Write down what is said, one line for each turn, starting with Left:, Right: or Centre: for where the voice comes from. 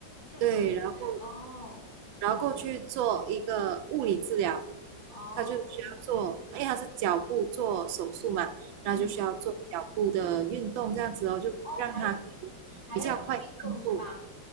Left: 去复诊，
Right: 对，然后
Left: 对，哦
Right: 然后过去做一个物理治疗，
Left: 哦，
Right: 他就需要做，
Left: 物理治疗
Right: 因为他是脚部做手术嘛，然后就需要做脚部的运动这样子哦，
Left: 嗯，
Right: 就让他可以比较快康复。
Left: 哦，还还要做运动是吧？